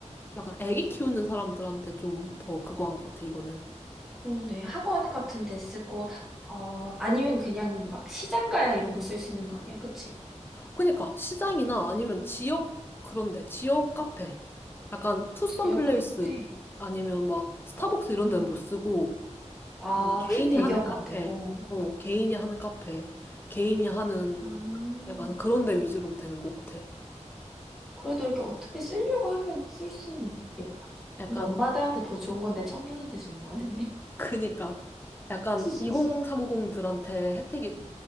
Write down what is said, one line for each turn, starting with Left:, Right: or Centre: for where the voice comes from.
Left: 약간 애기 키우는 사람들한테 좀 더 그거 한 것 같아, 이거는.
Centre: 그러네. 학원 같은 데 쓰고, 어, 아니면 그냥 막 시장 가야 이런 거 쓸 수 있는 거 아니야? 그치?
Left: 그니까 시장이나 아니면 지역 그런데 지역 카페 약간 투썸
Centre: 지역
Left: 플레이스
Centre: 카페?
Left: 아니면 막 스타벅스
Centre: 어,
Left: 이런
Centre: 음.
Left: 데는 못 쓰고
Centre: 아,
Left: 뭐 개인이
Centre: 큰 대기업은
Left: 하는 카페
Centre: 안 되고.
Left: 어 개인이 하는 카페 개인이 하는
Centre: 아.
Left: 약간 그런 데 위주로 되는 것 같아
Centre: 그래도 이렇게 어떻게 쓰려고 하면 쓸 수는 있겠다.
Left: 약간
Centre: 근데 엄마들한테 더 좋은 건데 청년한테 주는 거네.
Left: 그니까 약간
Centre: <laughs>
Left: 2030들한테 혜택이